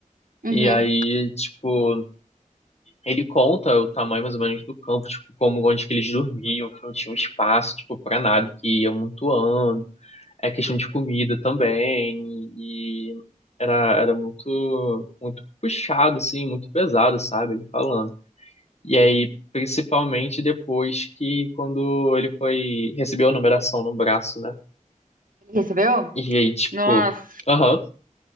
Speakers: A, on the right (about 80°); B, on the left (about 50°).
A: Uhum.
B: E aí, tipo, ele conta o tamanho mais ou menos do campo, tipo, como onde que eles dormiam, que não tinha um espaço, tipo, pra nada, que ia amontoando. é questão de comida também, e era, era muito, muito puxado, assim, muito pesado, sabe, ele falando. E aí, principalmente depois que quando ele foi, recebeu a numeração no braço, né,
A: Ele recebeu?
B: e aí, tipo,
A: Nossa.
B: aham,